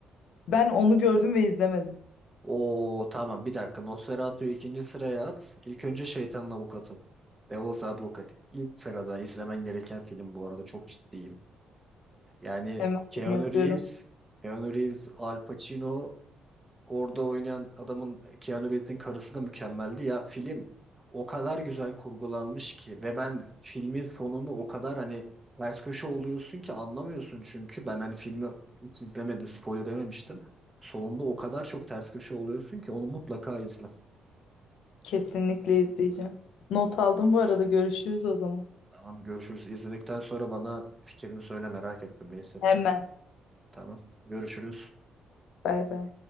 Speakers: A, on the left; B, on the right.
A: Ben onu gördüm ve izlemedim.
B: Oo tamam bir dakika. Nosferatu'yu ikinci sıraya at. İlk önce Şeytanın Avukatı. Devil's Advocate. İlk sırada izlemen gereken film bu arada. Çok ciddiyim. Yani
A: Hemen
B: Keanu
A: yazıyorum.
B: Reeves, Keanu Reeves, Al Pacino Orada oynayan adamın Keanu Reeves'in karısı da mükemmeldi. Ya film o kadar güzel kurgulanmış ki ve ben filmin sonunu o kadar hani ters köşe oluyorsun ki anlamıyorsun çünkü ben hani filmi hiç izlemedim spoiler yememiştim. Sonunda o kadar çok ters köşe oluyorsun ki onu mutlaka izle.
A: Kesinlikle izleyeceğim. Not aldım bu arada. Görüşürüz o zaman.
B: Tamam görüşürüz. İzledikten sonra bana fikrini söyle merak ettim ne hissedeceksin.
A: Hemen.
B: Tamam görüşürüz.
A: Bay bay.